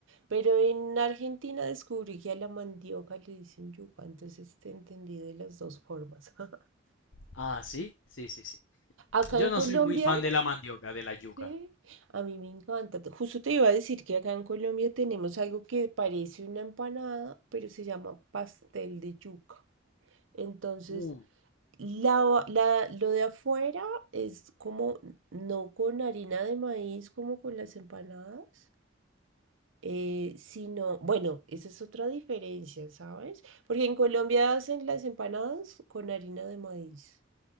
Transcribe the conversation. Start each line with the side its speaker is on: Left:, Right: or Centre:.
Right: Pero en Argentina descubrí que a la mandioca le dicen yuca, entonces te entendí de las dos formas. <laughs>
Left: Ah, sí, sí, sí, sí.
Right: Acá
Left: Yo
Right: en
Left: no
Right: Colombia,
Left: soy muy fan de la mandioca, de la yuca.
Right: sí, a mí me encanta. Te- Justo te iba a decir que acá en Colombia tenemos algo que parece una empanada, pero se llama pastel de yuca. Entonces,
Left: Uh,
Right: la, va- la- lo de afuera es como no con harina de maíz, como con las empanadas, Eh, sino, bueno, esa es otra diferencia, ¿sabes? Porque en Colombia hacen las empanadas con harina de maíz.